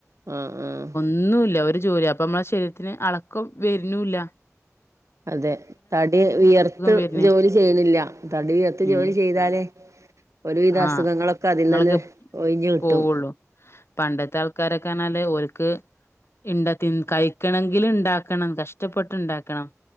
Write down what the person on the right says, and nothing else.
ആ ആഹ്
അതെ തടി വിയർത്ത്
ജോലി ചെയ്യ്ണില്ല തടി വിയർത്ത്
ജോലി ചെയ്താലേ ഒരുവിദ
അസുഗങ്ങളൊക്ക തിൽന്നെന്നെ
ഒഴിഞ്ഞ് കിട്ടും